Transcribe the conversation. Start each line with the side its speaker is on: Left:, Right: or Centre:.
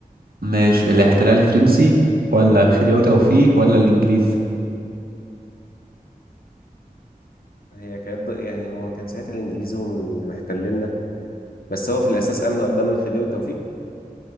Right: ماشي الاحتلال الفرنسي ولا الخديوي توفيق ولا الانجليز
Left: هي كانت يعني هو كان ساعتها الانجليز هم اللي محتلين بس هو في الاساس امهى قدام الخديوي وتوفيق